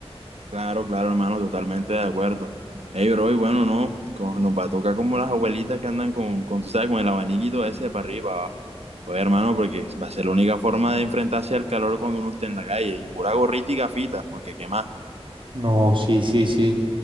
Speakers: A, on the right; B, on the right.
A: Claro, claro, hermano, totalmente de acuerdo. Ey, bro, y bueno, no, co- nos va a tocar como las abuelitas que andan con, con, tú sabes, con el abaniquito ese para arriba y para abajo. Oye, hermano, porque va a ser la única forma de enfrentarse al calor cuando uno esté en la calle, y pura gorrita y gafitas, porque qué más.
B: No, sí, sí, sí.